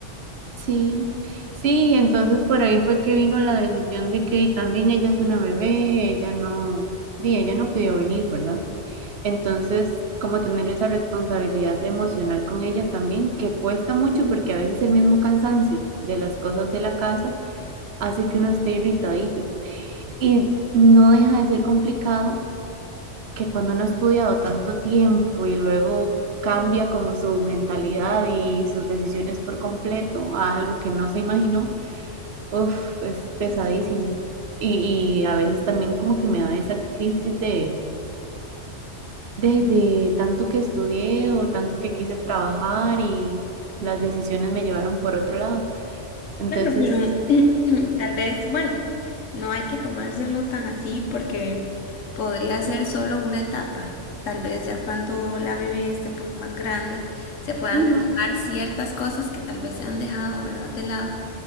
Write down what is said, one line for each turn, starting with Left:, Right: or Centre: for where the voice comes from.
Right: Sí, sí, entonces por ahí fue que vino la decisión de que también ella es una bebé, ella no, di, ella no pidió venir, ¿verdad? Entonces, como tener esa responsabilidad emocional con ella también, que cuesta mucho porque a veces el mismo cansancio de las cosas de la casa hace que uno esté irritadillo. Y no deja de ser complicado que cuando uno ha estudiado tanto tiempo y luego cambia como su mentalidad y sus decisiones por completo a algo que no se imaginó Uf, es pesadísimo. Y, y a veces también como que me da esa crisis de, de, de tanto que estudié o tanto que quise trabajar y las decisiones me llevaron por otro lado. Entonces,
Left: Claro, pero <clears throat> tal vez, bueno, no hay que tomárselo tan así porque podría ser solo una etapa. Tal vez ya cuando la bebé esté un poco más grande, se puedan
Right: ujú,
Left: retomar ciertas cosas que tal vez se han dejado, ¿verdad? De lado.